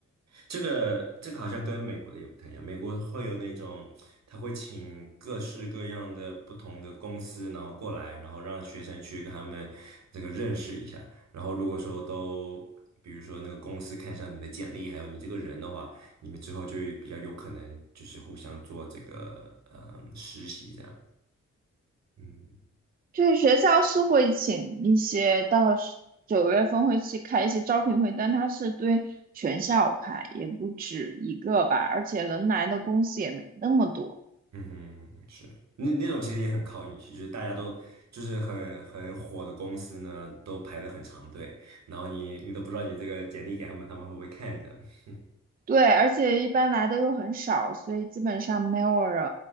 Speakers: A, on the right; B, on the right.
A: 这个这个好像跟美国的也不太一样，美国会有那种，他会请各式各样的不同的公司，然后过来，然后让学生去跟他们这个认识一下，然后如果说都，比如说那个公司看上你的简历，还有你这个人的话，你们之后就比较有可能就是互相做这个呃实习这样，嗯。
B: 就是学校是会请一些，到时九月份会去开一些招聘会，但他是对全校开，也不止一个吧，而且能来的公司也没那么多。
A: 嗯哼，是那那种其实也很靠运气，就是大家都就是很很火的公司呢，都排了很长队，然后你你都不知道你这个简历给他们，他们会不会看着？<laughs>
B: 对，而且一般来的又很少，所以基本上没有人，